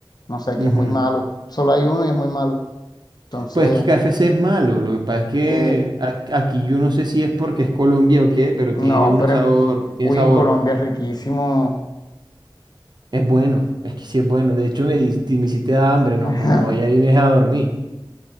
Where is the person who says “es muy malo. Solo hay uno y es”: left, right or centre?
Left